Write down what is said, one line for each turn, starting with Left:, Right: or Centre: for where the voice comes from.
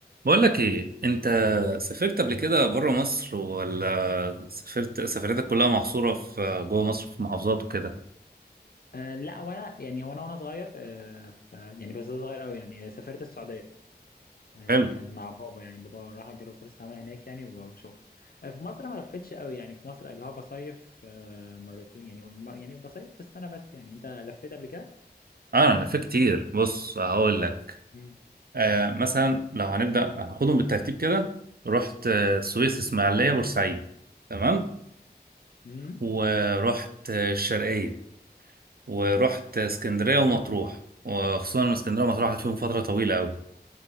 Right: بقول لك ايه انت
Left: أيوة.
Right: سافرت قبل كده بره مصر ولا سافرت سفريتك كلها محصوره في جوه مصر في محافظات وكده
Left: آه لا وانا يعني وانا وانا صغير آه ف يعني بس صغير قوي يعني سافرت السعوديه آه
Right: حلو
Left: كان مع بابا يعني بابا راح جاله فرصه عمل هناك يعني و- وشغل آه في مصر ما لفتش قوي يعني في مصر اللي هو بصيف آه مرتين يعني مر يعني بصيف في السنه بس يعني انت لفيت قبل كده
Right: اه انا في كتير بص هقول لك
Left: مم.
Right: آه مثلا لو هنبدا هناخدهم بالترتيب كده رحت آه، السويس اسماعيليه بورسعيد تمام
Left: امم
Right: ورحت آه، الشرقيه ورحت آه، اسكندريه ومطروح وخصوصا إن اسكندريه ومطروح قعدت فيهم فتره طويله قوي